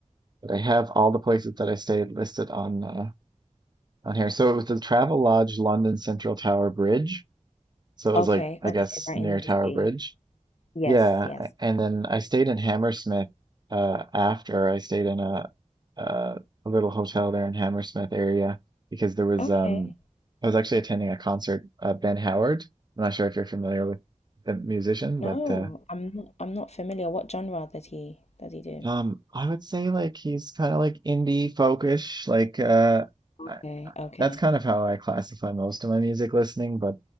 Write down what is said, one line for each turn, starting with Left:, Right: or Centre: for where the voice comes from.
Right: but I have all the places that I stayed listed on uh, on here. So it was the Travel Lodge London Central Tower Bridge. So it
Left: Okay.
Right: was like I
Left: Okay.
Right: guess
Left: Right
Right: near
Left: in
Right: Tower
Left: the city.
Right: Bridge.
Left: Yes.
Right: Yeah,
Left: Yes.
Right: a- and then I stayed in Hammersmith uh after I stayed in a uh, a little hotel there in Hammersmith area because there was
Left: Okay.
Right: um I was actually attending a concert uh Ben Howard. I'm not sure if you're familiar with the musician,
Left: No,
Right: but uh
Left: I'm not, I'm not familiar. What genre did he did he do?
Right: um I would say like he's kind of like indie folkish like uh
Left: Okay.
Right: I,
Left: Okay.
Right: that's kind of how I classify most of my music listening, but